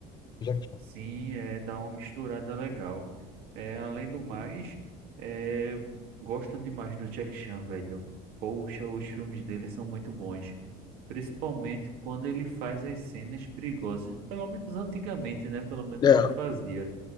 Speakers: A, on the left; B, on the right.
A: o Jack Chan.
B: Sim, é, dá uma misturada legal. É, além do mais, é, gosto demais do Jack Chan, velho. Poxa, os filmes dele são muito bons. Principalmente quando ele faz as cenas perigosas. Pelo menos antigamente, né? Pelo menos
A: É,
B: ele fazia.